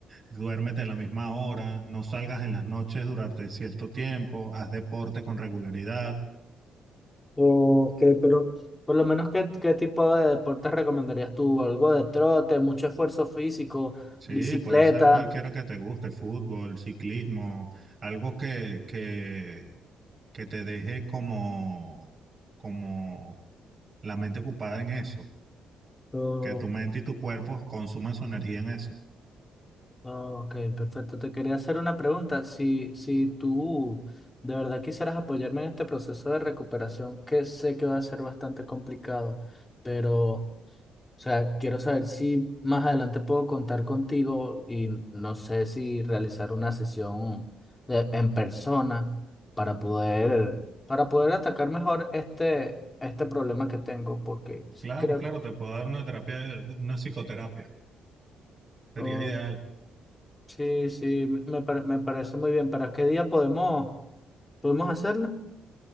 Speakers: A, on the right (about 40°); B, on the left (about 15°).
A: duérmete a la misma hora, no salgas en las noches durante cierto tiempo, haz deporte con regularidad.
B: Ok, pero por lo menos, ¿qué, qué tipo de deportes recomendarías tú? ¿Algo de trote, mucho esfuerzo físico,
A: Sí,
B: bicicleta?
A: puede ser cualquiera que te guste, fútbol, ciclismo, algo que, que, que te deje como, como la mente ocupada en eso,
B: Oh,
A: que tu mente y tu cuerpo consuman su energía en eso.
B: oh, ok, perfecto. Te quería hacer una pregunta. Si, si tú de verdad quisieras apoyarme en este proceso de recuperación, que sé que va a ser bastante complicado, pero O sea, quiero saber si más adelante puedo contar contigo y no sé si realizar una sesión de- en persona para poder, para poder atacar mejor este, este problema que tengo, porque sí
A: Claro,
B: creo
A: claro,
B: que...
A: te puedo dar una terapia, una psicoterapia, sería
B: oh,
A: ideal.
B: sí, sí, me, pare- me parece muy bien. ¿Para qué día podemos, podemos hacerlo?